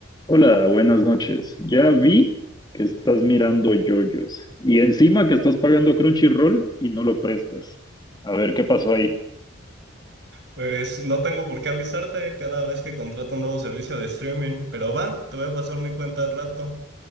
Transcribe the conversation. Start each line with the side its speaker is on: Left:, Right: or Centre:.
Left: Hola, buenas noches. Ya vi que estás mirando yoyos y encima que estás pagando Crunchyroll y no lo prestas. A ver, ¿qué pasó ahí?
Right: Pues no tengo por qué avisarte cada vez que contrato un nuevo servicio de streaming, pero va, te voy a pasar mi cuenta al rato.